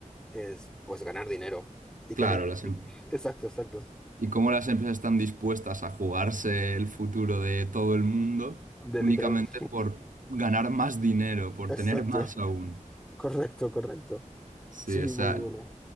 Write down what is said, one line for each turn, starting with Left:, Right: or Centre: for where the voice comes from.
Centre: es pues ganar dinero. Y
Right: claro.
Centre: que no... im-
Right: las
Centre: y
Right: em-
Centre: que- <laughs> Exacto, exacto.
Right: y cómo las empresas están dispuestas a jugarse el futuro de todo el mundo
Centre: De
Right: únicamente
Centre: literal. <laughs>
Right: por ganar más dinero, por
Centre: Exacto.
Right: tener más aún.
Centre: Correcto, correcto.
Right: Sí,
Centre: Sí,
Right: o sea,
Centre: muy buena.